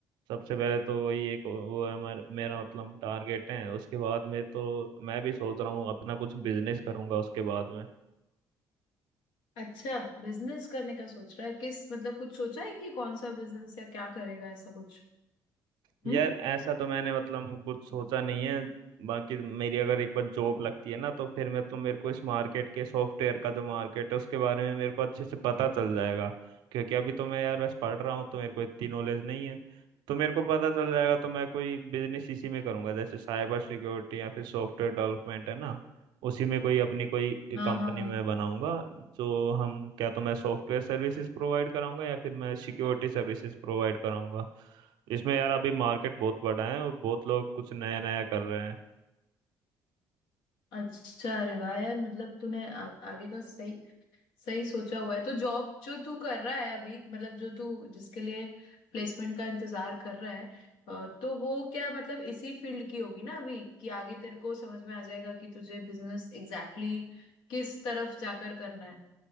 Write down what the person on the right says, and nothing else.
सबसे पहले तो वही एक वो है मेर, मेरा मतलब टारगेट है उसके बाद में तो मैं भी सोच रहा हूँ अपना कुछ बिजनेस करूंगा उसके बाद में
यार
ऐसा तो मैंने मतलब कुछ सोचा नहीं है बाकी मेरी अगर एक बार जॉब लगती है ना तो फिर मतलब मेरे को इस मार्केट के सॉफ्टवेयर का जो मार्केट है उसके बारे में मेरे को अच्छे से पता चल जाएगा क्योंकि अभी तो मैं यार बस पढ़ रहा हूँ तो मेरे को इतनी नॉलेज नहीं है तो मेरे को पता चल जाएगा तो मैं कोई बिजनेस इसी में करूंगा जैसे साइबर सिक्योरिटी या फिर सॉफ्टवेयर डेवलपमेंट है ना उसी में कोई अपनी कोई
कंपनी
में बनाऊंगा जो हम क्या तो मैं सॉफ्टवेयर सर्विसेज प्रोवाइड कराऊंगा या फिर मैं सिक्योरिटी सर्विसेज प्रोवाइड कराऊंगा इसमें यार अभी मार्केट बहुत बड़ा है और बहुत लोग कुछ नया नया कर रहे हैं